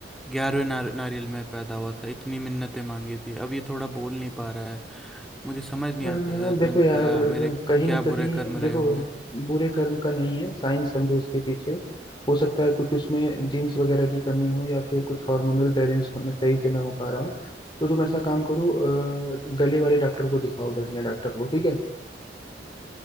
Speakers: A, in the centre; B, on the left.
A: ग्यारहवें नार, नारियल में पैदा हुआ था इतनी मिन्नतें मांगी थी अब ये थोड़ा बोल नहीं पा रहा है मुझे समझ नहीं
B: अ,
A: आता यार
B: देखो
A: मैंने
B: यार
A: क्या मेरे
B: कहीं
A: क्या
B: ना
A: बुरे
B: कहीं
A: कर्म रहे
B: देखो
A: होंगे
B: बुरे कर्म का नहीं है साइंस समझो इसके पीछे हो सकता है कुछ उसमें जीन्स वगैरह की कमी हो या फिर कुछ हार्मोनल बैलेंस होना सही से ना हो पा रहा हो तो तुम ऐसा काम करो अ, गले वाले डॉक्टर को दिखाओ बढ़िया डॉक्टर को ठीक है